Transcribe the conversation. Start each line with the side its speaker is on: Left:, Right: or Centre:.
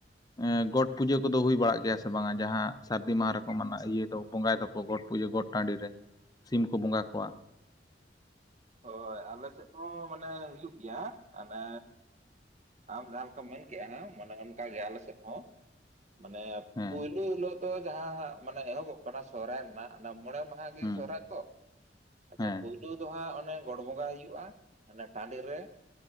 Left: ᱮᱸ ᱜᱚᱴ ᱯᱩᱡᱟᱹ ᱠᱚᱫᱚ ᱦᱩᱭ ᱵᱟᱲᱟᱜ ᱜᱮᱭᱟ ᱥᱮ ᱵᱟᱝ ᱟ ᱡᱟᱦᱟᱸ ᱥᱟᱹᱨᱫᱤ ᱢᱟᱦᱟ ᱨᱮᱠᱚ ᱢᱟᱱᱟᱣ ᱤᱭᱟᱹ ᱫᱟᱠᱚ ᱵᱚᱸᱜᱟᱭ ᱫᱟᱠᱚ, ᱜᱚᱴ ᱯᱩᱡᱟᱹ ᱜᱚᱴ ᱴᱟᱺᱰᱤ ᱨᱮ ᱥᱤᱢ ᱠᱚ ᱵᱚᱸᱜᱟ ᱠᱚᱣᱟ᱾
Right: ᱦᱳᱭ ᱟᱞᱮ ᱥᱮᱫ ᱦᱚᱸ ᱢᱟᱱᱮ ᱦᱩᱭᱩᱜ ᱜᱮᱭᱟ ᱢᱟᱱᱮ ᱟᱢ ᱡᱟᱦᱟᱸ ᱞᱮᱠᱟᱢ ᱢᱮᱱ ᱠᱮᱜᱼᱟ ᱦᱮᱸ ᱢᱟᱱᱮ ᱚᱱᱠᱟᱜ ᱜᱮ ᱟᱞᱮ ᱥᱮᱫ ᱦᱚᱸ ᱢᱟᱱᱮ
Left: ᱦᱮᱸ
Right: ᱯᱩᱭᱞᱩ ᱦᱤᱞᱳᱜ ᱫᱚ ᱡᱟᱦᱟᱸ ᱦᱟᱸᱜ ᱢᱟᱱᱮ ᱮᱦᱚᱵᱚᱜ ᱠᱟᱱᱟ ᱥᱚᱦᱚᱨᱟᱭ ᱨᱮᱱᱟᱜ ᱟᱱᱟ ᱢᱚᱬᱮ ᱢᱟᱦᱟ ᱜᱮ
Left: ᱦᱩᱸ
Right: ᱥᱚᱨᱦᱟᱭ ᱛᱚ ᱟᱫᱚ
Left: ᱦᱮᱸ
Right: ᱯᱩᱭᱞᱩ ᱫᱚ ᱦᱟᱸᱜ ᱚᱱ ᱟ, ᱜᱚᱰ ᱵᱚᱸᱜᱟ ᱦᱩᱭᱩᱜᱼᱟ ᱚᱱᱟ ᱴᱟᱺᱰᱤ ᱨᱮ